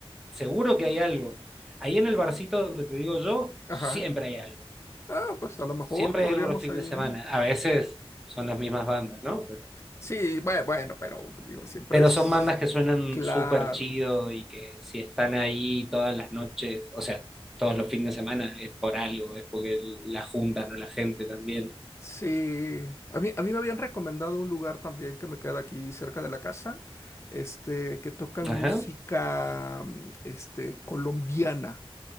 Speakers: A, in the centre; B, on the left.
A: seguro que hay algo. Ahí en el barcito donde te digo yo,
B: Ajá.
A: siempre hay algo.
B: Ah, pues a lo mejor
A: Siempre
B: podríamos
A: hay algo los fines
B: ahí.
A: de semana. A veces son las mismas bandas, ¿no?
B: Sí, bueno, bueno, pero digo, siempre
A: Pero
B: es
A: son bandas que suenan
B: claro.
A: súper chido y que si están ahí todas las noches, o sea, todos los fines de semana, es por algo, es porque la juntan o la gente también.
B: Sí. A mí, a mí me habían recomendado un lugar también que me queda aquí cerca de la casa, este, que tocan
A: Ajá.
B: música, mm, este, colombiana.